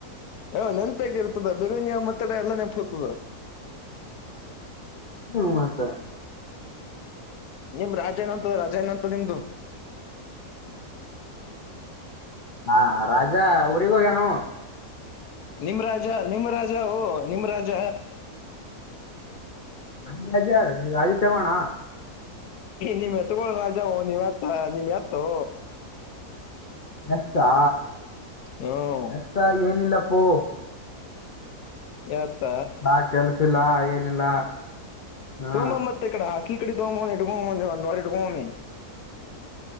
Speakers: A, on the left; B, on the left.
A: ಹಾ ನೆನಪಾಗಿ ಇರ್ತದ ಬಿರಯಾನಿಯ ಮತ್ತಡ ಎಲ್ಲ ನೆನಪು ಹೋತದ
B: ಹ್ಮ ಮತ್ತ
A: ನಿಮ್ ರಾಜೇನ್ ಅಂತದ ರಾಜಾನ್ ಅಂತ ನಿಮ್ದು
B: ಹಾ ರಾಜ ಊರಿಗೆ ಹೋಗ್ಯನು
A: ನಿಮ ರಾಜ ನಿಮ್ಮ ರಾಜ ಓ ನಿಮ್ಮ ರಾಜ
B: ನಮ ರಾಜ ಯಾರು ರಾಜಿ ಚೇವಣ
A: ನಿಮ್ ಎತ್ಗೋಳ್ ರಾಜ ನೀವ್ ಎತ್ತ ನಿಮ್ ಎತ್ತು
B: ಎತ್ತಾ
A: ಹ್ಮ್
B: ಎತ್ತ ಏನಿಲ್ಲಪ್ಪೂ
A: ಎತ್ತ
B: ನಾ ಕೆಲ್ಸಿಲ್ಲ ಏನಿಲ್ಲ ಹಾಂ
A: ತೋಮ್ಮ ಮತ್ತೆ ಕಡೆ ಹ ಕ ಕಡೆ ತಗೋ ಬಂದೇನಿ ಒಂದ್ ವಾರ ಇಟಕೊಂಡೇನಿ